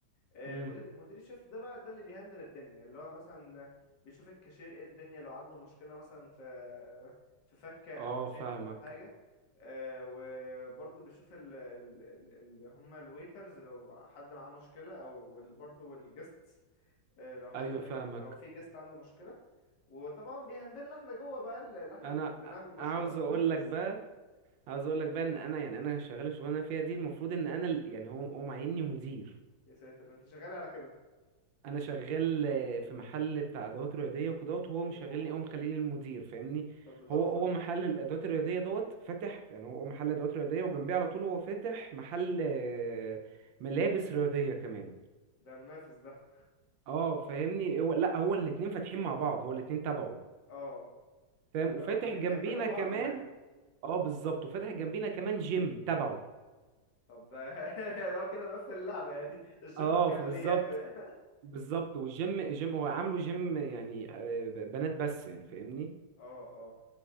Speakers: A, on the left (about 65°); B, on the right (about 80°).
A: آه،
B: امم
A: مدير مدير الشفت ده بقى ده اللي بيهندل الدنيا اللي هو مثلا بيشوف الكاشير ايه الدنيا لو عنده مشكلة مثلا في في فكة او
B: اه
A: تشينج
B: فاهمك
A: او حاجة آه، وبرضو بيشوف ال ال- ال- اللي هم الويترز لو حد معاه مشكلة او وال- برضو الجستس آه، لو حد
B: ايوه
A: من
B: فاهمك
A: الج- لو في جيست عنده مشكلة وطبعا بيهندلنا احنا جوه بقى ال- اللي احنا
B: انا
A: بن- بنعمل
B: ع-
A: مشروبات
B: عاوز اقول
A: ننجز
B: لك بقى عاوز اقول لك بقى ان انا يعني انا شغال الشغلانه اللي أنا فيها دي المفروض ان انا ال- يعني هو هو معيني مدير
A: يا ساتر انت شغال على كده
B: انا شغال آه، في محل بتاع ادوات رياضيه وكدهوت وهو مشغلني
A: اوه
B: او مخليني المدير فاهمني
A: طب ده تحفة
B: هو هو محل الادوات الرياضيه دوت فاتح يعني هو محل ادوات رياضيه وجنبيه على طول هو فاتح محل آه، ملابس رياضيه كمان
A: ده منافس ده <laughs>
B: اه فاهمني هو لا هو الاتنين فاتحين مع بعض هو الاتنين تبعه
A: اه
B: فاهم
A: فهم
B: وفاتح
A: بيكملوا
B: جنبينا
A: بعض
B: كمان
A: يعني
B: اه بالظبط وفاتح جنبينا
A: مم.
B: كمان جيم تبعه
A: طب ده <laughs> يعني هو كده مقفل اللعبة يعني الجيم
B: اه
A: بكمالياته
B: ف- بالظبط
A: يعني
B: بالظبط والجيم جيم هو عامله جيم يعني آه، ب- بنات بس يعني فاهمني
A: <laughs> اه اه